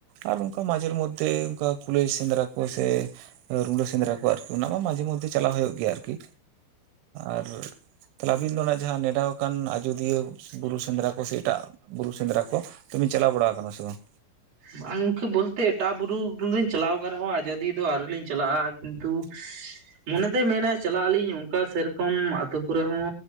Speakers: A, on the right (about 85°); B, on the right (about 35°).
A: ᱟᱨ ᱚᱱᱠᱟ ᱢᱟᱡᱷᱮᱨ ᱢᱚᱫᱽᱫᱷᱮ ᱚᱱᱠᱟ ᱠᱩᱞᱟᱹᱭ ᱥᱮᱸᱫᱽᱨᱟ ᱠᱚ ᱥᱮ᱾ ᱨᱩᱰᱟᱹ ᱥᱮᱸᱫᱽᱨᱟ ᱠᱚ ᱟᱨᱠᱤ ᱚᱱᱟ ᱢᱟ ᱢᱟᱡᱷᱮ ᱢᱚᱫᱽᱫᱷᱮ ᱪᱟᱞᱟᱣ ᱦᱩᱭᱩᱜ ᱜᱮᱭᱟ ᱟᱨᱠᱤ ᱟᱨ᱾ ᱛᱟᱦᱚᱞᱮ ᱟᱵᱤᱱ ᱫᱚ ᱚᱱᱟ ᱡᱟᱦᱟᱸ ᱱᱮᱰᱟ ᱟᱠᱟᱱ ᱟᱡᱚᱫᱤᱭᱟᱹ ᱵᱩᱨᱩ ᱥᱮᱸᱫᱽᱨᱟ ᱠᱚ ᱥᱮ ᱮᱴᱟᱜ᱾ ᱵᱩᱨᱩ ᱥᱮᱸᱫᱽᱨᱟ ᱠᱚ ᱛᱚ ᱵᱤᱱ ᱪᱟᱞᱟᱣ ᱵᱟᱲᱟ ᱠᱟᱱᱟ ᱥᱮ ᱵᱟᱝ?
B: ᱵᱟᱝᱠᱮ ᱵᱚᱞᱛᱮ ᱮᱴᱟᱜ ᱵᱩᱨᱩᱧ ᱪᱟᱞᱟᱣ ᱠᱟᱱ ᱨᱮᱦᱚᱸ ᱟᱡᱫᱤᱭᱟᱹ ᱫᱚ ᱟᱹᱣᱨᱤ ᱞᱤᱧ ᱪᱟᱞᱟᱜᱼᱟ ᱠᱤᱱᱛᱩ᱾
A: <unintelligible>
B: ᱢᱚᱱᱮᱛᱮᱭ ᱢᱮᱱᱟ ᱪᱟᱞᱟᱜ ᱟᱹᱞᱤᱧ ᱚᱱᱠᱟ ᱥᱮᱨᱚᱠᱚᱢ ᱟᱛᱳ ᱠᱚᱨᱮ ᱦᱚᱸ